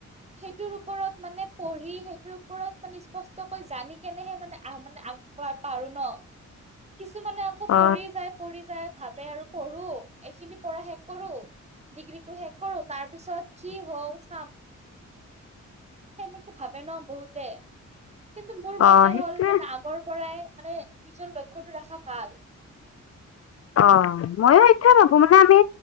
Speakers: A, on the right; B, on the left.
A: সেইটোৰ ওপৰত মানে পঢ়ি, সেইটোৰ ওপৰত মানে স্পষ্টকৈ জানি কেনেহে মানে আহ মানে আগ পা-পাৰোঁ নহ কিছুমানে আকৌ
B: অ
A: পঢ়ি যায় পঢ়ি যায়। ভাৱে আৰু পঢ়ো এইখিনি পঢ়া শেষ কৰোঁ। ডিগ্ৰীটো শেষ কৰোঁ তাৰ পিছত কি হওঁ চাম। সেনেকে ভাবে নহ বহুতে কিন্তু মোৰ
B: অ
A: মতে
B: সেইটোয়ে
A: হ'ল মানে আগৰ পৰাই মানে। নিজৰ লক্ষ্যটো ৰাখা ভাল।
B: অ মইও <unintelligible> মানে আমি।